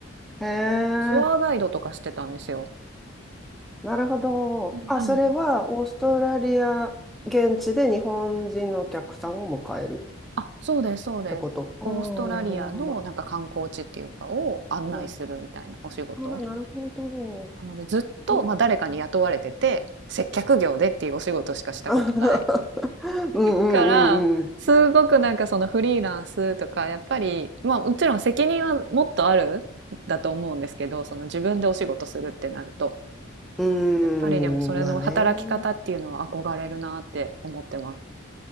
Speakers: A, in the centre; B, on the right.
A: へえ。
B: ツアーガイドとかしてたんですよ。
A: なるほど。
B: うんなので、
A: あ、それはオーストラリア現地で日本人のお客さんを迎える
B: あ、そうです、そうです。
A: ってこと。ああ、
B: オーストラリアのなんか観光地っていうかを案内するみたいなお仕事。
A: なるほど、なるほど。な、あーなるほど。
B: うんなのでずっと、
A: そっか、
B: まあ、誰かに雇われてて接客業でっていうお仕事しかしたことない
A: そっか。<laughs> うんうんうんうん。
B: からすごくなんかそのフリーランスとかやっぱりまあもちろん責任はもっとあるんだと思うんですけどその自分でお仕事するってなると
A: うー
B: やっぱりでもそれの働き方っていうのは憧れるなって思ってます。
A: ん、まあね。